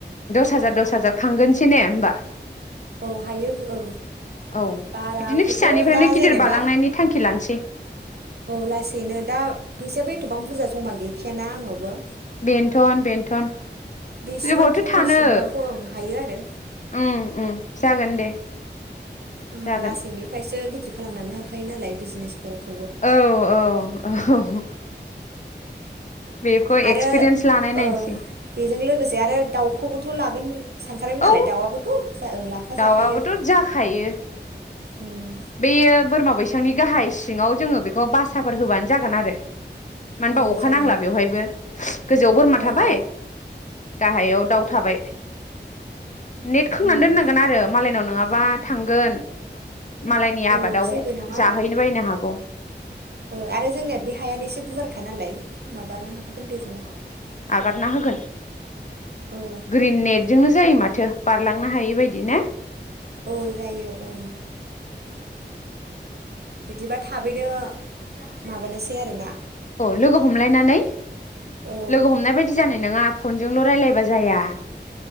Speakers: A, on the left (about 40°); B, on the right (about 60°).
A: दास हाजार दस हाजार खांगोनसै ने होनोमबा।
B: औ हायो औ
A: औ
B: बाराखौथ
A: बिदिनो फिसानिफ्रायनो
B: दा
A: गिदिर
B: जेनेबा
A: बालांनायनि थांखि लानोसै
B: औ लासैनो दा फैसा बे गोबां बुरजा जमा गैखायाना आंनावबो।
A: बेनथन बेनथन
B: बेसेबांखिनि
A: ओबावथो थानो
B: सिबांखौ ओं हायो आरो
A: उम। जागोन दे।
B: उ
A: जागोन
B: लासैनिफ्रायसो। खालामलांनो हाखायो नालाय बिजनेसफोरखौ।
A: औ औ। बेखौ
B: आरो
A: एक्सपिरियेन्स लानाय नायनोसै
B: ओ बेजों लोगोसे आरो दाउखौबो। थ लागोन। सानथारोमोन
A: औ
B: नालाय दाउआबोथ जा लाफा
A: दाउआबोथ'
B: जाखायो।
A: जाखायो
B: उम
A: बेयो बोरमा बैसांनि गाहाय सिङाव जोङो बेखौ बासाफोर होबानो जागोन आरो। मानो होनबा
B: औ
A: अखा
B: जायो
A: नांला बेवहायबो गोजौआव बोरमा
B: औ
A: थाबाय
B: औ
A: गाहायाव दाउ। थाबाय। नेट खोंनानै
B: उम
A: दोननांगोन आरो मालायनाव नङाबा थांगोन। मालायनि
B: औ
A: आबादाव
B: जेबो नङा
A: जाहैनो बायनो हागौ
B: औ आरो जोंनिया बे हायानो एसे गुवारखा नालाय। माबानो हाखागोन दे जोङो।
A: हगारना होगोन
B: औ
A: ग्रिन नेटजोंनो जायो माथो बारलांनो हायैबाय। बेबायायदि ना।
B: औ जायो ओं। बिदिबा थाबैनो माबानोस। ज आरोना।
A: अ लोगो हमलायनानै।
B: औ
A: लोगो हमनाय बायदि जानाय नङा। फनजोंल रायलायबा जाया।